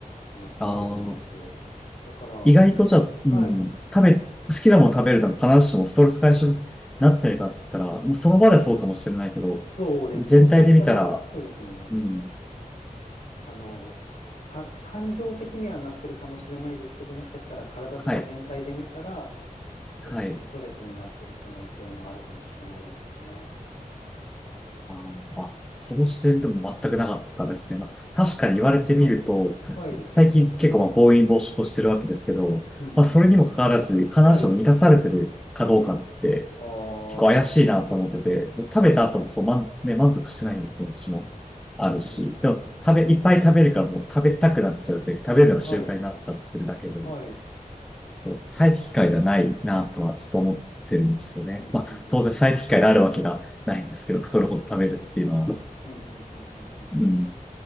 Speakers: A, on the left (about 60°); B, in the centre.
A: 話があるんですよ。
B: あー
A: だから、
B: 意外とじゃあ、うん、
A: はい、
B: 食べ、好きなもの食べるのが必ずしもストレス解消になってるかって言ったら、もうその場でそうかもしれないけど、
A: そうですね。
B: 全体で見たら、
A: もしかしたら、そうですね。
B: うん、
A: あの、か、感情的にはなってるかもしれないですけど、もしかしたら体とか全体で見たら、
B: はい、
A: 逆にストレスになってる可能性もあるかもしれないですよね。
B: はい。あー、あ、その視点でも全くなかったですね。まあ、確かに言われてみると、
A: はい。はい。うん
B: 最近結構まあ暴飲暴食をしてるわけですけど、
A: うんうんうん。
B: まあ、それにもかかわらず、必ずしも満たされてるかどうかって
A: はい。ああ。
B: 結構怪しいなと思ってて、その食べた後もそう満、
A: はい。うん
B: ね、満足してないような気持ちもあるし、
A: うんうんうんうん。
B: でも食べ、いっぱい食べるからもう食べたくなっちゃうって食べるのが習慣になっちゃってるだけで、
A: はい。はい。
B: そう、最適解ではないなとはちょっと思ってるんですよね。
A: うんうんうんうんうん。
B: まあ、当然最適解であるわけがないんですけど、太るほど食べるっていうのは。
A: うんうんうんうんうんうん。
B: うん。